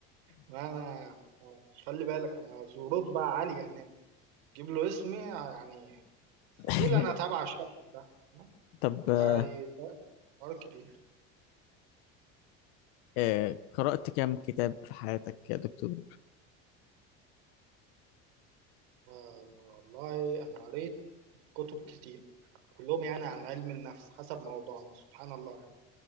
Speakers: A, on the right (about 85°); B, on the left (about 90°).
A: ما انا خلي بالك انا ذو رتبه عاليه هناك جيب له اسمي يعني
B: <laughs>
A: قول انا تابع الشخص ده ها؟
B: طب آه،
A: هاي فرق كبير
B: آه، قرأت كام كتاب في حياتك يا دكتور
A: انا والله انا قريت كتب كتير كلهم يعني عن علم النفس حسب موضوعنا سبحان الله يعني